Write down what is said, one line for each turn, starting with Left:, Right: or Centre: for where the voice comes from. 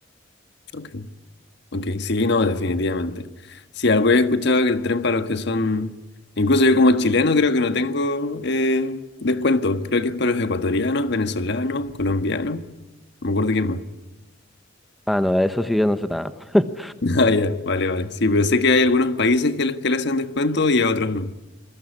Left: Ok. Ok, sí, no, definitivamente. Sí, algo he escuchado que el tren para los que son. Incluso yo como chileno creo que no tengo eh, descuento. Creo que es para los ecuatorianos, venezolanos, colombianos. No me acuerdo quién más. <laughs>
Centre: Ah, no, a eso sí ya no sé nada. <laughs>
Left: Ah, ya, Vale, vale. Sí, pero sé que hay algunos países que les, que le hacen descuento y a otros no.